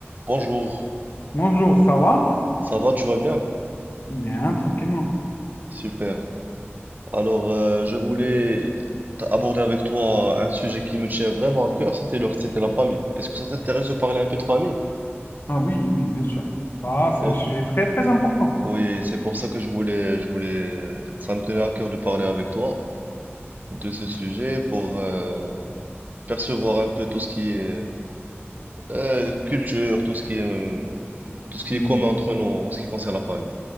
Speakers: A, on the right (about 40°); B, on the left (about 55°).
A: Bonjour,
B: Bonjour, ça va?
A: ça va, tu vas bien?
B: Bien, tranquillement.
A: Super. Alors, euh, je voulais t- aborder avec toi un sujet qui me tient vraiment à cœur, c'était le, c'était la famille. Est-ce que ça t'intéresse de parler un peu de famille?
B: Ah oui, oui, bien sûr. Ça, c'est
A: Oh,
B: un sujet très, très important.
A: oui, c'est pour ça que je voulais, je voulais, euh, ça me tenait à cœur de parler avec toi de ce sujet pour euh, percevoir un peu tout ce qui est euh, culture, tout ce qui est, euh, tout ce qui
B: Mm,
A: est commun entre nous en ce qui concerne la famille.